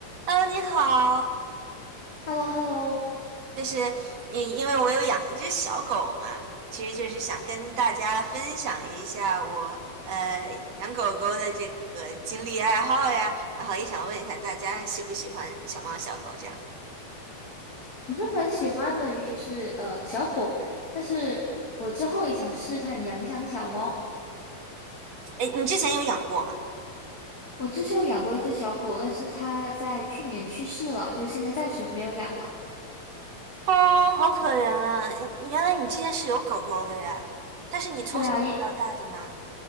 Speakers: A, on the right; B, on the left.
A: h e 你好，
B: h e l l o h e l l o
A: 就是你，因为我有养一只小狗嘛，其实就是想跟大家分享一下我呃养狗狗的这个经历爱好呀，然后也想问一下大家喜不喜欢小猫小狗这样。
B: 我是蛮喜欢的，尤其是呃小狗，但是我之后也想试看养养小猫。
A: 哎，你之前有养过吗？
B: 我之前有养过一只小狗，但是它在去年去世了，就现在暂时没有养了。
A: 哦，好可怜啊！你你原来你之前是有狗狗的呀？它是你从小养到大的吗？
B: 对啊，也